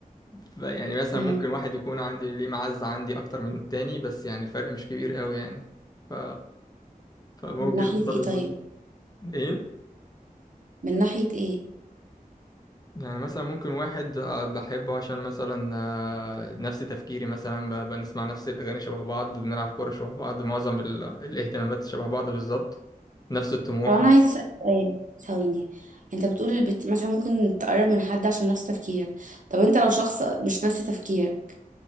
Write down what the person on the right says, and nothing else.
امم
من ناحية
ايه
طيب
من ناحية ايه
طب انا عايزة اسأل سؤال ثواني انت بتقول البت... مثلا ممكن تقرب من حد عشان نفس تفكيرك طب انت لو شخص مش نفس تفكيرك